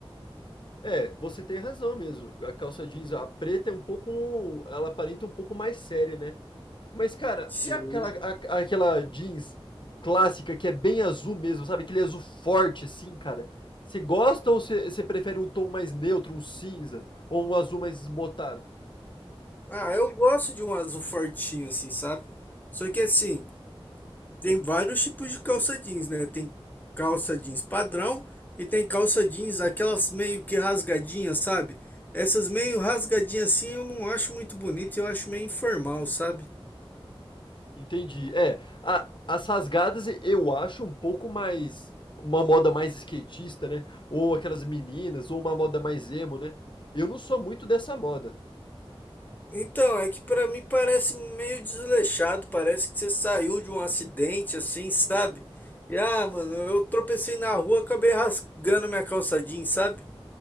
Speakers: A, on the left; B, on the left.
A: É, você tem razão mesmo. A calça jeans, a preta é um pouco, ela aparenta um pouco mais séria, né? Mas, cara,
B: Sim.
A: e aquela, a- aquela jeans clássica que é bem azul mesmo, sabe? Aquele azul forte, assim, cara. Você gosta ou você você prefere um tom mais neutro, um cinza, ou um azul mais esbotado?
B: Ah, eu gosto de um azul fortinho assim, sabe? Só que assim, tem vários tipos de calça jeans, né? Tem calça jeans padrão e tem calça jeans aquelas meio que rasgadinhas, sabe? Essas meio rasgadinhas assim eu não acho muito bonito, eu acho meio informal, sabe?
A: Entendi. É, a- as rasgadas eu acho um pouco mais. Uma moda mais skatista, né? Ou aquelas meninas, ou uma moda mais emo, né? Eu não sou muito dessa moda.
B: Então, é que pra mim parece meio desleixado, parece que você saiu de um acidente assim, sabe? E ah, mano, eu tropecei na rua, acabei rasgando minha calça jeans, sabe?